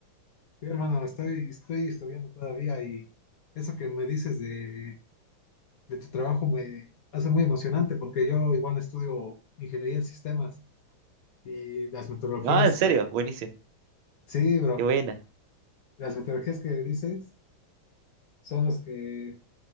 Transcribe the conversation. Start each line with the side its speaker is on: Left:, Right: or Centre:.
Left: Sí, hermano, estoy, estoy estudiando todavía y eso que me dices de, de tu trabajo me hace muy emocionante porque yo igual estudio ingeniería en sistemas y las metodologías
Right: Ah, en serio,
Left: que,
Right: buenísimo,
Left: sí, bro,
Right: qué buena.
Left: las metodologías que dices son las que